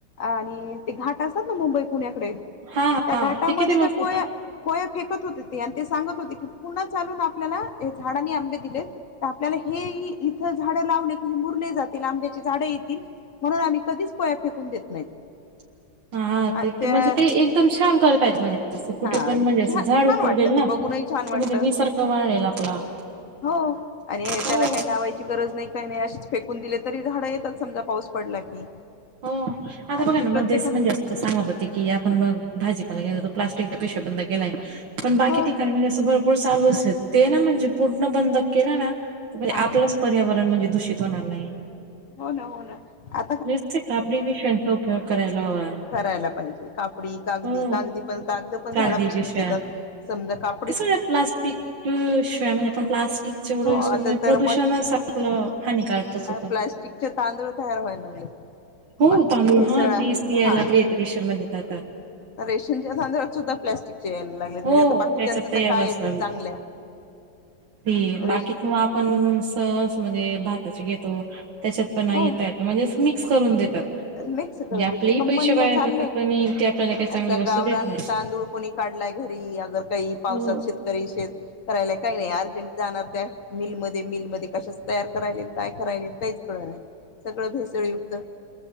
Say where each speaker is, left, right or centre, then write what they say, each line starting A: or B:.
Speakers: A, on the left (about 55°); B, on the right (about 75°).
A: आणि ते घाट असत ना मुंबईत. पुण्याकडे
B: हा
A: त्या
B: हा
A: घाटामध्ये
B: ते किती
A: त्या
B: मस्त
A: कोय कोय फेकत होते ते आणि ते सांगत होते की पुनण चालून आपल्याला झाडांनी आंबे दिलेत. तर आपल्याला हे इथं झाडं लावले की मुरले जातील आंब्याचे झाडं येतील म्हणून आम्ही कधीच. कोया फेकून देत नाहीत.
B: <unintelligible> हा
A: आणि
B: ते
A: त्या
B: ते म्हणजे ते एकदम छान करता ययेत म्हणजे तसं कुठे
A: हा
B: पण म्हणजे
A: ते
B: अस
A: छान
B: झाड
A: छान
B: उपरगेल
A: वाटलं
B: ना.
A: ते बघूनही छान वाटलं
B: ते म्हणजे निसर्ग वाढेल आपला.
A: हो. आणि
B: हो
A: त्याला काही लावायची गरज नाही काही नाही अेच फेकून दिले तरी झाडं येतात समजा पाऊस पडला की.
B: हो आता
A: आणि
B: बघा
A: ते
B: ना
A: प्रत्येकानच
B: मध्येच म्हणजे अस सांगत होते की आपण मग भाजीपाला गेलो. प्स्टिकच्या पिशे बंद केलाय पण बाकी
A: हो
B: ठिकाणी म्हणजे अस. चालूच ते ना म्हणजे पूर्ण बंद केला ना म्हणजे
A: हा हा
B: आपलंच पर्यावरण म्हणजे. दूषित होणार नाही.
A: हो ना हो ना आ.
B: नुते कापडी पिशव्यांचा उपोग करायला हवा.
A: करायला पाहिजे कापडी कागदी
B: हो
A: कागदी पण कागद पण
B: कागदी
A: झाडापासूनच
B: पिशव्या
A: येतात समजा काप.
B: कसं प्लास्टिक शिवाय म्हणजे आपण प्लास्टिक जेवढं
A: हो
B: युज
A: आता
B: करू प्रदूषणस
A: तर
B: आपलं. हानिकारक त सोपण.
A: प्लॅस्टिकचे तांदूळ तयार व्हायला लागले.
B: हो
A: बाकीची
B: तांदूळ
A: भेसळ
B: हा
A: आहेत
B: तेीच यायला
A: हा
B: लागले रिशनमध्येेत का.
A: रेशनच्या सधर्भात सुद्धा प्लॅस्टिक च्या यायला लागलेत
B: हो
A: म्हणजे आता बाकीच्याचं
B: त्याच्यात
A: तर
B: यायलाच
A: कायच
B: लागल
A: चांगल्या.
B: ते
A: रेश
B: बाकीत आपण सहस म्हणजे. भाता घेतो त्याच्यात पण य
A: हो
B: म्हणजे मिक्स करून देतात.
A: मिक्स
B: म्हणजे
A: करून
B: आपलेही
A: देतात ते कंपनीला
B: पैसे वाया
A: चाललंय
B: जातात आणि ते आपल्याला काही चांगली
A: असा
B: वस्तू
A: गावरान
B: देत नाही.
A: तांदूळ कोणी काढलाय घरी अगर काही पावसात
B: हो
A: शेतकरी शेत. करायला काही नाही अर्जंट जाणार त्या मिल मध्ये, मिल मध्ये कशाचं तयार करायले, काय करायले काहीच कळं नाय. सगळं भेसळयुक्त